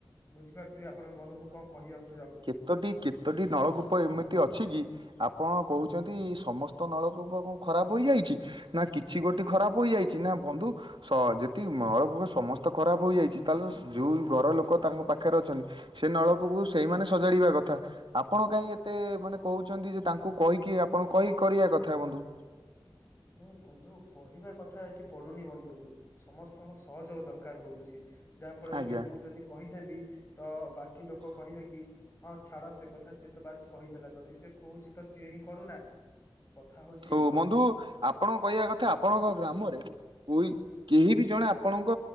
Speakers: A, on the left; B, on the right.
A: ବୁଝିପାରୁଥିବେ ଆପଣ ବନ୍ଧୁ ମୁଁ କଣ କହିବାକୁ ଚାହୁଁଛି।
B: ତୋଟି କେତୋଟି ନଳକୂପ ଏମିତି ଅଛି କି? ଆପଣ କହୁଛନ୍ତି ସମସ୍ତ ନଳକୂପ କଣ ଖରାପ ହୋଇଯାଇଛି? ନା କିଛି ଗୋଟି ଖରାପ ହୋଇଯାଇଛି ନା ବନ୍ଧୁ ସ ଯେତିକି ନଳକୂପ ସମସ୍ତ ଖରାପ ହୋଇଯାଇଛି ତାହେଲେ ଯୋଉ ଘର ଲୋକ ତାଙ୍କ ପା ଖରେ ଅଛନ୍ତି ସେ ନଳକୂପକୁ ସେଇମାନେ ସଜାଡିବା କଥା। ଆପଣ କାଇଁ ଏତେ ମାନେ କହୁଛନ୍ତି ଯେ ତାଙ୍କୁ କହିକି ଆପଣ କହିକି କରିବା କଥା ବନ୍ଧୁ।
A: ନାଇଁ ବନ୍ଧୁ କହିବା କଥା ଏଠି ପଡ଼ୁନି ବନ୍ଧୁ ସମସ୍ତଙ୍କ ସହଯୋଗ ଦର କାର ହୋଉଚି ଯାହା ଫଳରେ
B: ଆଜ୍ଞା।
A: କି ମୁଁ ଯଦି କହିଦେବି ତ ବାକି ଲୋକ କହିବେ କି ହଁ ଛାଡ଼ ସେ କଥା ସିଏ ତ ବାସ୍ କହିଦେଲା ଯଦି ସିଏ କହୁଚି ତ ସିଏ ହିଁ କରୁନା। କଥା ହଉଛି
B: ହୋଉ
A: ଏଇଆ।
B: ବନ୍ଧୁ ଆପଣଙ୍କ କହିବା କଥା ଆପଣଙ୍କ ଗ୍ରାମରେ ଓଇ କେହି ବି ଜଣେ ଆପଣଙ୍କ